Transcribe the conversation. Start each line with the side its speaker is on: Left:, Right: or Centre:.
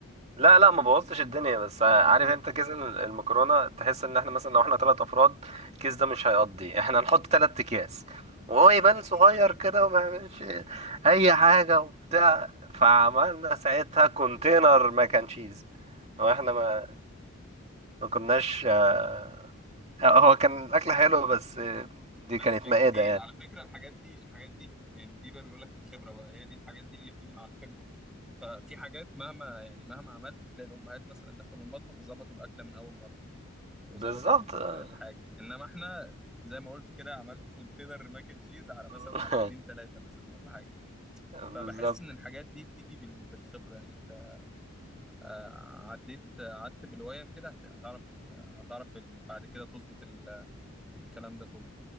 Right: لا لا ما بوظتش الدنيا بس عارف انت كيس ال- المكرونه تحس ان احنا مثلا لو احنا ثلاث افراد الكيس ده مش هيقضي احنا نحط ثلاث اكياس وهو يبان
Centre: <laughs>
Right: صغير كده وما يعملش اي حاجه وبتاع فعملنا ساعتها كونتينر ماك اند تشيز هو احنا ما ما كناش اه، هو كان الاكل حلو بس اه، دي
Centre: بس
Right: كانت
Centre: كان
Right: مائده
Centre: كتير
Right: يعني
Centre: على فكرة الحاجات دي الحاجات دي يعني دي بقى بيقول لك الخبرة بقى هي دي الحاجات دي اللي بتيجي مع الخبرة ففي حاجات مهما يعني مهما عملت تلاقي الأمهات مثلا دخلوا المطبخ ظبطوا الأكلة من أول مرة وظبطوا
Right: بالظبط
Centre: ال-
Right: اه.
Centre: الحاجة إنما إحنا زي ما قلت كده عملت كونتينر ماك اند تشيز على مثلا
Right: <laughs>
Centre: على اتنين تلاتة مثلا ولا حاجة
Right: بالظبط
Centre: فبحس ان الحاجات دي بتيجي بال- بالخبره يعني انت آه، عديت آه، قعدت بالويم كده هت- هتعرف ال... هتعرف ال... بعد كده تظبط ال... الكلام ده كله